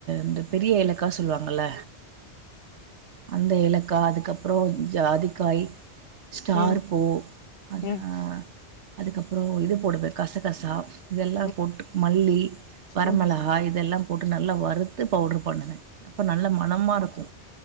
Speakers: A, on the right; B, on the left.
A: இந்த பெரிய ஏலக்கா சொல்லுவாங்கல்ல. அந்த ஏலக்கா அதுக்கப்புறோ ஜாதிக்காய். ஸ்டார்
B: ம்
A: பூ அந்த
B: ம்
A: அ அதுக்கப்புறோ இது போடுவே கசகசா இதெல்லா
B: ம்
A: போட்டு மல்லி வரமெளகாய்
B: ம்
A: இதெல்லா போட்டு நல்லா வறுத்து பவுடர் பண்ணுவ அப்ப நல்ல மணமாருக்கு